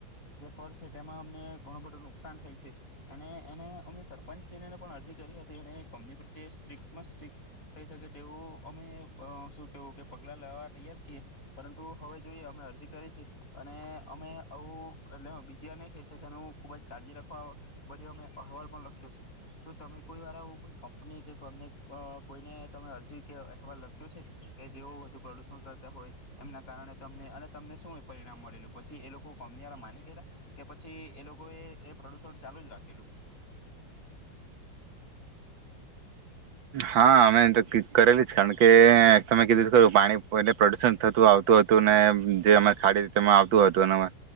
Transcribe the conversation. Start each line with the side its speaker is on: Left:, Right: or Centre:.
Left: જે ફળ છે તેમાં અમને ઘણું બધું નુકસાન થાય છે અને એને અમે સર પંચ સિહને પણ અરજી કરી હતી અને કંપની પ્રત્યે સ્ટ્રીક પણ સ્ટ્રીક થઈ શકે તેવું અમે અહ શું કહેવું કે પગલાં લેવા તૈયાર છીએ, પરંતુ હવે જોએ અમે અરજી કરી છે અને અમે આવું એટલે બીજી વાર નહીં થઈ શકે અમે ખૂબજ કાળજી રાખવા ભર્યો અમે અહેવાલ પણ થશે. તો તમે કોઈ વાર કોઈ આવું કોઈ કંપની કે કમ ને અહ કોઈને અહ અરજી કે અહેવાલ લખ્યો છે કે જેઓ વધુ પ્રદૂષણ કરતા હોય? એમના કારણે તમને શું પરિણામ મળેલું? પછી એ લોકો, કંપનીવાળા, માની ગયા કે પછી એ લોકોએ એ પ્રદૂષણ ચાલુ જ રાખેલું?
Right: હા અમે તો ટિક કરેલી જ, કારણ કે તમે કીધું ખું પાણી એલે પ્રદૂષણ થતું આવતું હતું ને જે ખાડી તેમાં આવતું હતું, અને